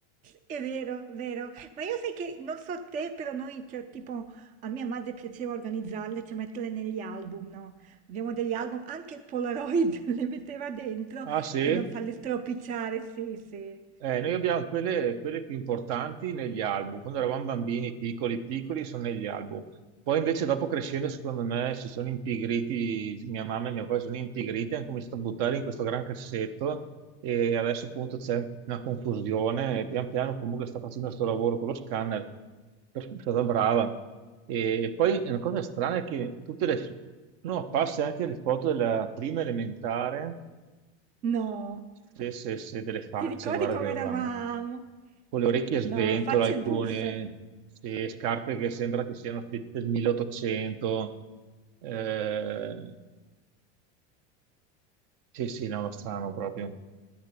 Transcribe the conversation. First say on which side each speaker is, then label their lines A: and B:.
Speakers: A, on the right (about 25°); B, on the right (about 55°).
A: È vero, vero. Ma io sai che non so te, però noi, cioè, tipo, a mia madre piaceva organizzarle, cioè metterle negli album, no? Abbiamo degli album, anche Polaroid <laughs> le metteva dentro
B: Ah sì?
A: per non farle stropicciare, sì, sì.
B: Eh, noi abbiamo quelle, quelle più importanti negli album, quando eravamo bambini piccoli, piccoli sono negli album. Poi invece dopo crescendo, secondo me, si sono impigriti, mia mamma e mio padre sono impigriti, hanno cominciato a buttare in questo gran cassetto e adesso appunto c'è una confusione e pian piano comunque sta facendo questo lavoro con lo scanner, è stata brava. E poi una cosa strana è che tutte le... No, passa anche le foto della prima elementare,
A: No,
B: se, se, se delle facce,
A: ti ricordi
B: guarda
A: come
B: che avevamo
A: eravamo?
B: con le orecchie a sventola,
A: No, facce
B: alcune
A: buffe.
B: sì, scarpe che sembra che siano de- del 1800. Eh, sì, sì, no, ma strano proprio.